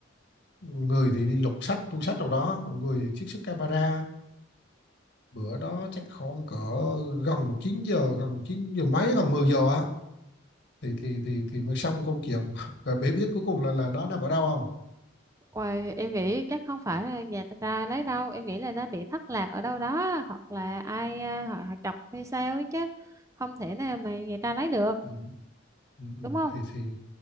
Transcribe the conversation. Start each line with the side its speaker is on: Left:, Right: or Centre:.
Left: người thì đi lục sách, thu sách đâu đó, rồi người trích xuất camera, bữa đó chắc khoảng cỡ gần chín giờ gần 9 giờ mấy gần 10 giờ á thì thì thì thì mới xong công chuyện <laughs> và bé biết cuối cùng là là nó nằm ở đâu không
Right: Ôi, em nghĩ chắc không phải là nhà ta trai lấy đâu em nghĩ là đã bị thất lạc ở đâu đó hoặc là ai ờ, họ, họ chọc hay sao ấy chứ không thể nào mà nhà ta lấy được
Left: ừ. Ừ. ừ.
Right: đúng không
Left: thì thì